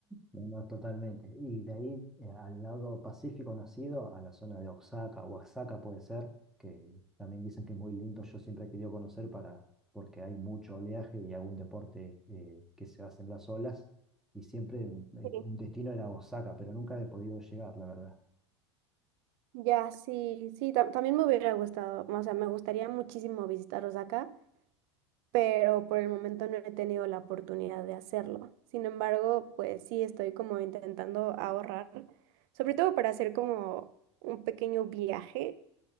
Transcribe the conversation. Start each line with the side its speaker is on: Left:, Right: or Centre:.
Centre: No, no, totalmente. Y de ahí eh, al lado pacífico nacido, a la zona de Oaxaca, Oaxaca puede ser, que también dicen que es muy lindo, yo siempre he querido conocer para, porque hay mucho oleaje y algún deporte eh, que se hace en las olas, y siempre eh,
Right: Sí.
Centre: un destino era Oaxaca, pero nunca he podido llegar, la verdad.
Right: Ya, sí, sí, tam- también me hubiera gustado, o sea, me gustaría muchísimo visitar Osaka, pero por el momento no he tenido la oportunidad de hacerlo. Sin embargo, pues sí estoy como intentando ahorrar, sobre todo para hacer como un pequeño viaje